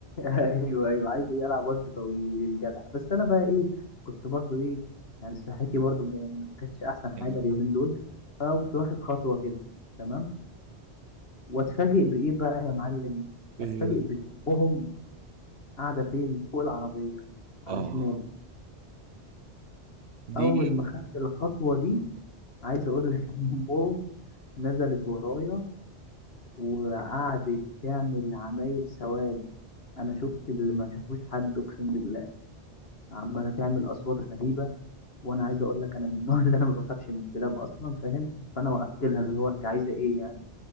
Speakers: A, on the left; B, on the right.
A: ايوه ايوه عايز ايه العب وجه طويل الجدع بس انا بقى ايه كنت برضو ايه يعني صحتي برضو ما ما كانتش احسن حاجه
B: يعني
A: اليومين دول فقمت واخد خطوه كده تمام واتفاجئ بايه بقى يا معلم
B: إيه
A: اتفاجئ
B: ده؟
A: بان امهم قاعده فين فوق العربيه على
B: آه
A: شمالي
B: دي
A: اول ما خدت الخطوه دي عايز اقول لك <laughs> ان امهم نزلت ورايا وقعدت تعمل عمايل سواد انا شفت اللي ما شافوش حد اقسم بالله عماله تعمل اصوات غريبه وانا عايز اقول لك انا من النوع <laughs> اللي انا ما بخافش من الكلاب اصلا فاهم فانا وقفت لها اللي هو انت عايزه ايه يعني